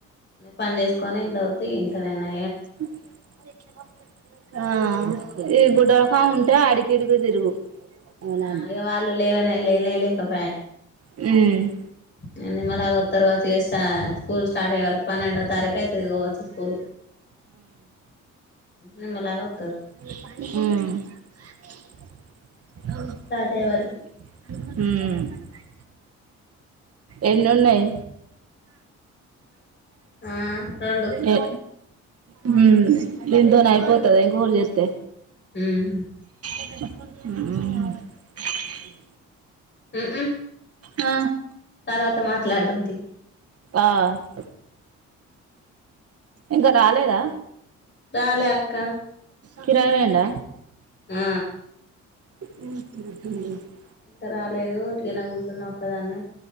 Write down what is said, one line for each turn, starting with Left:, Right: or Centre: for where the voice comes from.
Left: పని చేసుకొని ఇంట్లో పోతే ఇంట్లో నేనా
Right: ఆ <unintelligible> ఉంటే ఆడికి ఈడికి తిరుగు ఉమ్
Left: ఆ ఇక వాళ్ళు లేవనే లేనే లేకపాయే
Right: హమ్
Left: ఇగ నిమ్మలంగా వత్తరు కా చేశా స్కూల్ స్టార్ట్ అయ్యే వరకు పన్నెండో తారీఖ అయితేదికోవచ్చు స్కూలు నిమ్మళంగ వోత్తారు
Right: ఉ మ్
Left: స్టార్ట్ అయ్యే
Right: హుమ్
Left: వరకు
Right: ఎన్నున్నాయి
Left: ఆ రెండు
Right: ఏ ఊ దీనితోని అయిపోతుందా ఇంకోటి చేస్తే
Left: ఉ మ్
Right: ఊ హూ హు
Left: ఊ మ్ హూ
Right: ఆ
Left: తర్వాత మాట్లాడుదాం తి
Right: ఆ ఆ ఇంకా రాలేదా
Left: రాలే అక్క
Right: కిరాయి పోయిండా
Left: ఆ
Right: ఎక్కినంక మల్లీ చేస్తా
Left: ఇంకా రాలేదు ఉట్టిగానే కూర్చున్నా ఒక్కదాన్నే